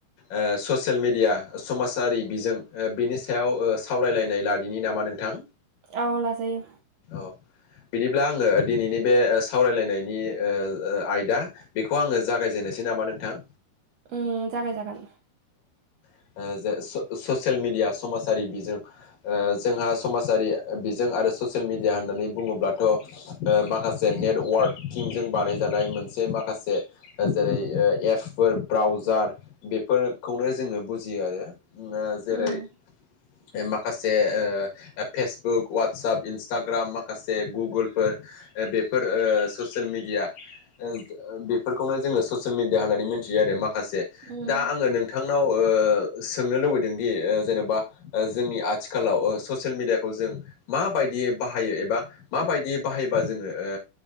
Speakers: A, on the left; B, on the right.
A: ओ ससियेल मेडिया समाजारि बिजों बिनि सायाव ओ सो सावरायलायनाय लादिनि नामा नोंथां
B: औ लाजायो
A: अ बिदिब्ला आङो दिनैनि बे सावरायलायनायनि ओ ओ आयदा बेखौ आङो जागायजेननोसै नामा नोंथां
B: उम जागाय जागोन
A: ओ जे स ससियेल मिडिया समाजारि बिजों ओ जोंहा समाजारि बिजों आरो ससियेल मिडिया होननानै बुङोब्लाथ' ओ माख खासे नेटवार्किंजों बानायजानाय मोनसे माखासे ओ जेरै ओ एपफोर ब्रा व्राजार बेफोरखौनो जोङो बुजियो आरो उम जेरै
B: उम
A: ओ माखासे ओ फेसबुक वाटसाप इन्सटाग्राम माखासे गुगोलफोर ओ बेफोर ओ ससियेल मिडिया ओ ओ बेफोरखौनो जोङो ससियेल मिडिया होननानै मिथियो आरो माख खासे
B: उम
A: दा आङो नोंथांनाव ओ सोंनो लुबैदों दि ओ जेनेबा ओ जोंनि आथिखालाव ओ ससियेल मिडियाखौ जों मा बायदियै बाहायो एबा माबायदियै बाहाय बा जोङो ओ